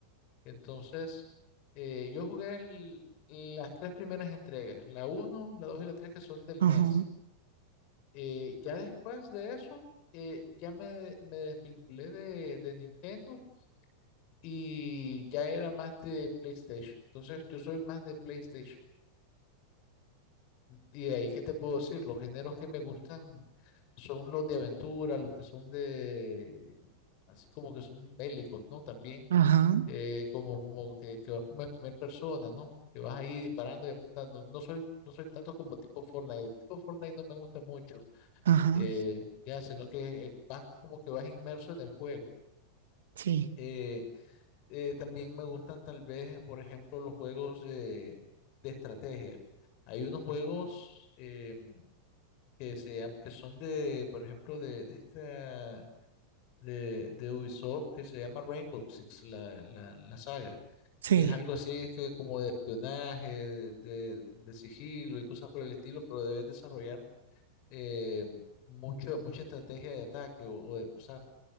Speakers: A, on the left; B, on the right.
A: Entonces, eh, yo jugué el- las tres primeras entregas, la uno, la 2 y la 3 que son del
B: Ajá,
A: NES. Eh, ya después de eso, eh, ya me, me desvinculé de, de Nintendo y ya era más de PlayStation. Entonces, yo soy más de PlayStation. Y de ahí, ¿qué te puedo decir? Los géneros que me gustan son los de aventura, los que son de, así como que son bélicos, ¿no? También,
B: ajá,
A: eh, como, como que, que vas como en primera persona, ¿no? Que vas ahí disparando y apuntando. No soy, no soy tanto como tipo Fortnite. El tipo Fortnite no me gusta mucho,
B: ajá.
A: eh, ya, sino que es- vas como que vas inmerso en el juego.
B: Sí,
A: Eh, eh, también me gustan tal vez, por ejemplo, los juegos de, de estrategia. Hay unos juegos... em, que se llam- que son de, por ejemplo, de, de esta de, de Ubisoft que se llama Rainbow Six, la, la, la saga,
B: sí.
A: que es algo así que como de espionaje, de, de- de sigilo y cosas por el estilo, pero debes desarrollar eh, mucho, mucha estrategia de ataque o, o de pasar.